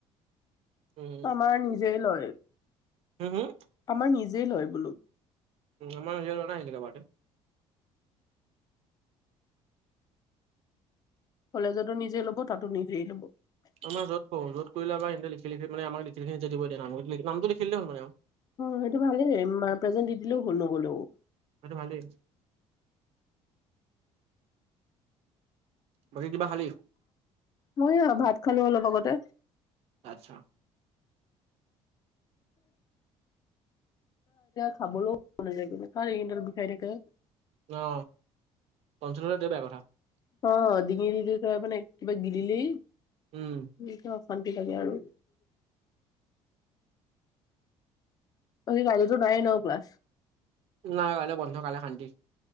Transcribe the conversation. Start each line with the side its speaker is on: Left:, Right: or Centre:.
Right: উম
Left: আমাৰ নিজেই লয়,
Right: হুম হুম
Left: আমাৰ নিজেই লয় বোলো।
Right: আমাৰ <unintelligible>
Left: কলেজতো নিজে লব, তাতো নিজেই ল'ব।
Right: আমাৰ যত কৰো, যত কৰিলেও আমাৰ সিহঁতে লিখি লিখি মানে আমাক লিখি লিখি নিজে দিব দিয়ে নাম, নামটো লিখি দিলে হ'ল মানে আৰু।
Left: অ সেইটো ভালেই প্ৰেজেণ্ট দি দিলেও হল নগ'লেও।
Right: সেইতো ভাল দেই। বাকি কিবা খালি?
Left: মই অ ভাত খালো অলপ আগতে।
Right: আচ্ছা।
Left: খাবলো <unintelligible>
Right: অ পঞ্চনলে দে বেয়া কথা।
Left: অ ডিঙিলিলি কৈপিনে কিবা গিলিলি
Right: উম।
Left: নিজৰ অশান্তি লাগে আৰু। কাইলেটো নায়ে ন ক্লাছ।
Right: নাই কাইলে বন্ধ কাইলে শান্তি।